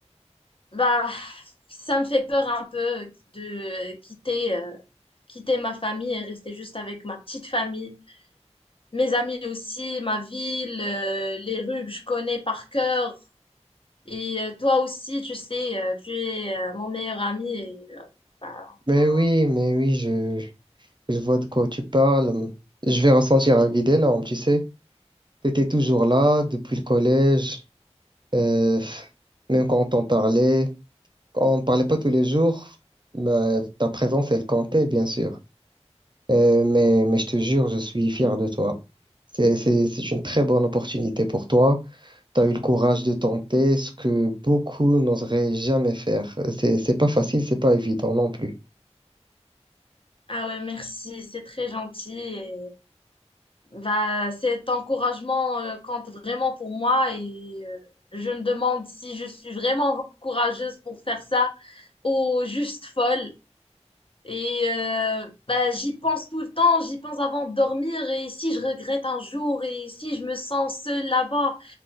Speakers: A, on the left (about 50°); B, on the right (about 40°).
A: Bah, ça me fait peur un peu de quitter, euh, quitter ma famille et rester juste avec ma petite famille. Mes amis aussi, ma ville, euh, les rues que je connais par cœur. Et euh, toi aussi, tu sais, euh, tu es euh, mon meilleur ami. Et, euh, bah,
B: Mais
A: on a...
B: oui, mais oui, je, je vois de quoi tu parles. Je vais ressentir un vide énorme, tu sais. T'étais toujours là depuis le collège. Euh, même quand on parlait, on parlait pas tous les jours, mais ta présence, elle comptait, bien sûr. Euh, mais, mais je te jure, je suis fier de toi. C'est, c'est, c'est une très bonne opportunité pour toi. Tu as eu le courage de tenter ce que beaucoup n'oseraient jamais faire. C'est, c'est pas facile, c'est pas évident non plus.
A: Ah ouais, merci, c'est très gentil. Et Bah, cet encouragement euh, compte vraiment pour moi et euh, je me demande si je suis vraiment courageuse pour faire ça ou juste folle. Et euh, bah, j'y pense tout le temps, j'y pense avant de dormir et si je regrette un jour et si je me sens seule là-bas